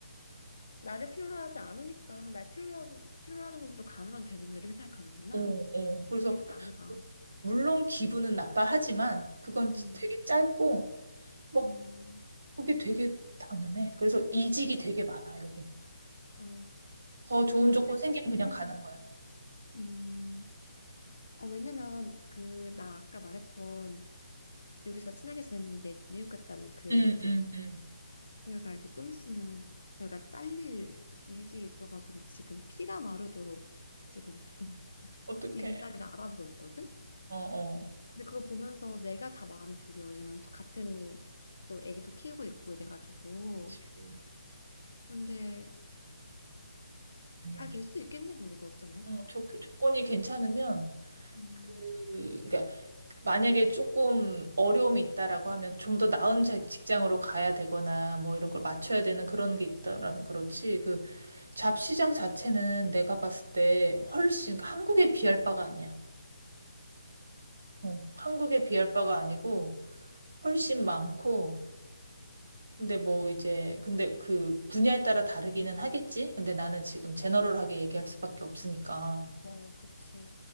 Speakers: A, on the left; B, on the right.
A: 나를 필요로 하지 않으니까 날 필요로 필요로 하는 곳으로 가면 되는구나 이렇게 생각하는구나.
B: 어, 어. 그래서
A: 되게 다르다.
B: 물론 기분은 나빠하지만 그건
A: 음,
B: 되게 짧고 막
A: 음,
B: 그게 되게 당연해. 그래서 이직이 되게 많아 여기는.
A: 어,
B: 더 좋은
A: 전쟁
B: 조건 생기면
A: 친분해가.
B: 그냥 가는 거야.
A: 음, 어, 왜냐면 그 나 아까 말했던 여기서 친하게 지냈는데 미국 갔다는 그
B: 응,
A: 부부.
B: 응, 응.
A: 저희가 이제 좀 있으면 저희가 잘릴 위기에 있어가지고 지금 피가 마르도록 지금 <laughs>
B: 어떡해.
A: 일자리를 알아보고 있거든.
B: 어, 어.
A: 근데 그걸 보면서 내가 다 마음이 졸여. 왜냐면 또 같은 또 애기도 키우고 있고 이래가지고.
B: 그치.
A: 근데
B: 아니야.
A: 잘 될 수 있겠네 거기도 어쩌면.
B: 어, 조, 조건이 괜찮으면
A: 음,
B: 그 그러니까 만약에 조금 어려움이 있다라고 하면 좀 더 나은 자- 직장으로 가야 되거나 뭐 이런 걸 맞춰야 되는 그런 게 있다라는 그렇지. 잡시장 자체는 내가 봤을 때 훨씬 한국에 비할 바가 아니야. 어, 한국에 비할 바가 아니고 훨씬 많고 근데 뭐 이제 근데 그 분야에 따라 다르기는 하겠지. 근데 나는 지금 제너럴하게 얘기할 수밖에 없으니까.
A: 어, 그치.